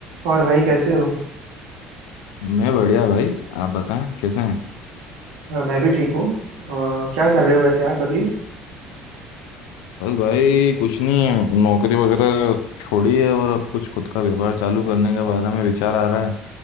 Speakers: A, on the right; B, on the left.
A: और भाई कैसे हो
B: मैं बढ़िया भाई आप बताएं कैसे हैं
A: अ, मैं भी ठीक हूँ अ, क्या कर रहे हो वैसे आप अभी
B: बस भाई कुछ नहीं नौकरी वगैरह छोड़ी है और अब कुछ खुद का व्यापार चालू करने के बारे में विचार आ रहा है